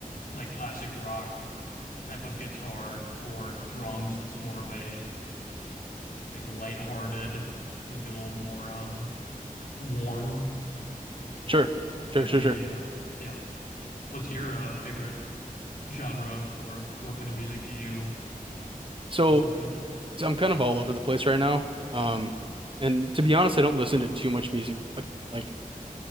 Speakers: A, on the left; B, on the right.
A: like classic rock type of guitar or drums. It's more of a like lighthearted, maybe a little more um warm
B: Sure.
A: might
B: Sure, sure,
A: be
B: sure.
A: a uh, yeah. What's your uh, favorite genre or what kind of music do you
B: So,
A: listen to?
B: so I'm kind of all over the place right now. Um, and to be honest, I don't listen to too much music like like